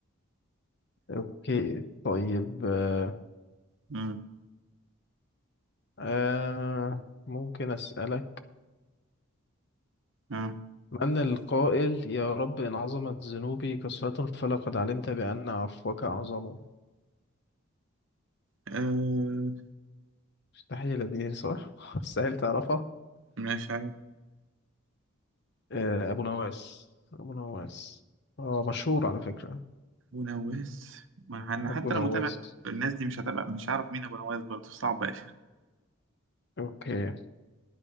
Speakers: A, on the left; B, on the right.
A: اوكي طيب آه
B: مم.
A: آه، ممكن اسالك
B: آه.
A: من القائل يا رب إن عظمت ذنوبي كثرة فلقد علمت بأن عفوك أعظم
B: أه
A: مستحيل دي صح؟ <laughs> مستحيل تعرفها
B: مش عارف
A: آه، أبو نواس أبو نواس آه مشهور على فكرة
B: أبو نواس ما أنا
A: أبو
B: حتى
A: نواس
B: لو متابع الناس دي مش هتابع مش هعرف مين أبو نواس برضه صعبة أوي.
A: أوكي